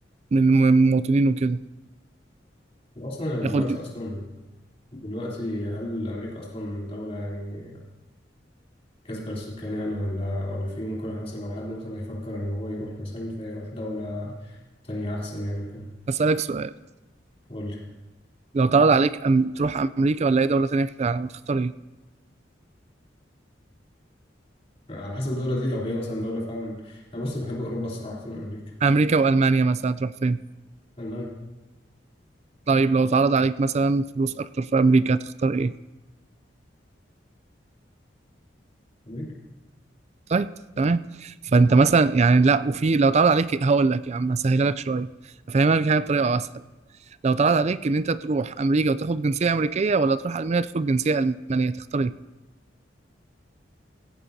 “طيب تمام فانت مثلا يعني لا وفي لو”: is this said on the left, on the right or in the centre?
Right